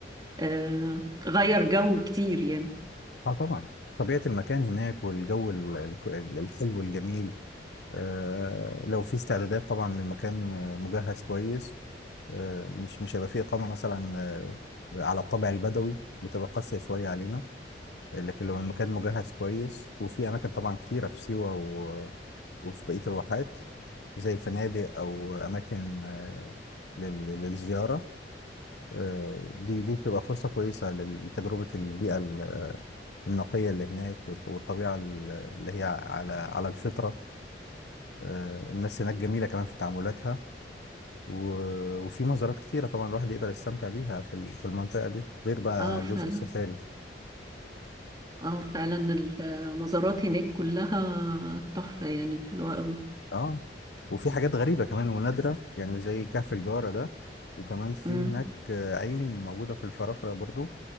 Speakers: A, on the right; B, on the left.
A: آه، غير جو كتير يعني
B: اه طبعا طبيعه المكان هناك والجو ال- ال- الحلو الجميل آه، لو في استعدادات طبعا المكان آه، مجهز كويس آه، مش مش هيبقى فيه إقامة مثلا آه، على الطابع البدوي بتبقى قاسية شوية علينا لكن
A: مم.
B: لو المكان مجهز كويس وفي أماكن طبعا كتيرة في سيوة و- وفي بقية الواحات زي فنادق أو أماكن آه، لل- للزيارة آه، دي دي بتبقى فرصة كويسة لتجربة البيئة ال- النقية اللي هناك والط- والطبيعة ال- اللي هي على على الفطرة آه، الناس هناك جميلة كمان في تعاملاتها و- وفي مزارات كتيرة طبعا الواحد يقدر يستمتع بيها في ال- في المنطقة دي غير بقى
A: اه فعلا
B: جزء السفاري
A: اه فعلا المزارات هناك كلها تحفة يعني حلوة قوي
B: اه وفي حاجات غريبة كمان ونادرة يعني زي كهف الجارة ده وكمان في
A: مم.
B: هناك آه، عين موجودة في الفرافرة برضو